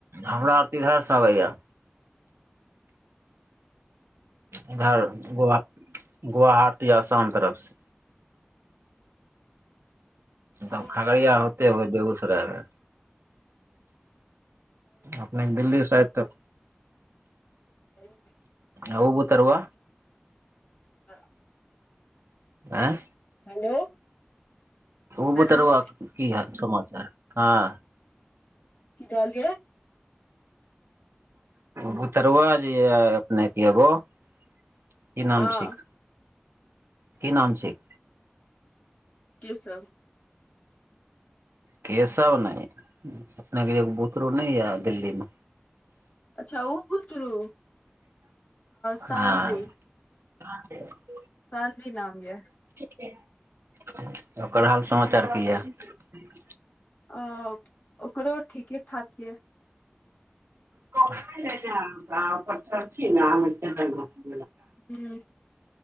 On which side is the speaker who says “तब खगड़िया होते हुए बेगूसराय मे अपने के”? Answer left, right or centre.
Right